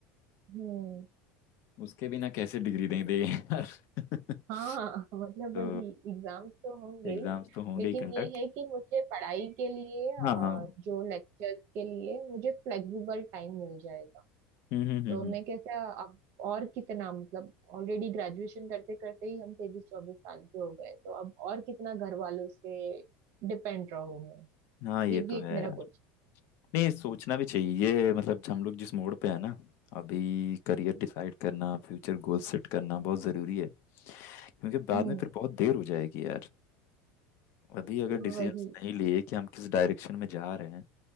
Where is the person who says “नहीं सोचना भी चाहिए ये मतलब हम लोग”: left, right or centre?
Left